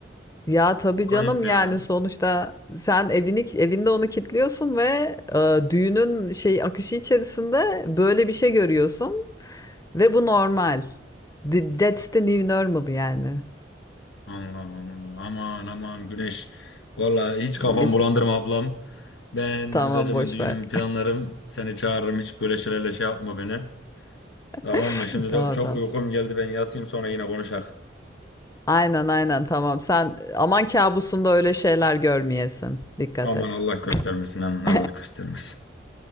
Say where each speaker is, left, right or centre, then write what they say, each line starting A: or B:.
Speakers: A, on the left; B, on the left.
A: Ya tabii
B: Kayıp
A: canım
B: ya.
A: yani sonuçta sen evini evinde onu kilitliyorsun ve e, düğünün şey akışı içerisinde böyle bir şey görüyorsun. Ve bu normal. The- That's the new normal yani.
B: Allah Allah. Aman aman Güneş. Vallahi hiç
A: <laughs> Neyse.
B: kafam bulandırma ablam. Ben
A: Tamam
B: güzelce
A: boş
B: ben düğünümü
A: ver.
B: planlarım. Seni çağırırım hiç böyle şeylerle şey yapma beni.
A: <laughs>
B: Tamam mı? Şimdi
A: Tamam
B: de çok
A: tamam.
B: uykum geldi ben yatayım sonra yine konuşak.
A: Aynen aynen tamam. Sen aman kabusunda öyle şeyler görmeyesin. Dikkat
B: Aman
A: et.
B: Allah göstermesin aman
A: <laughs>
B: Allah göstermesin.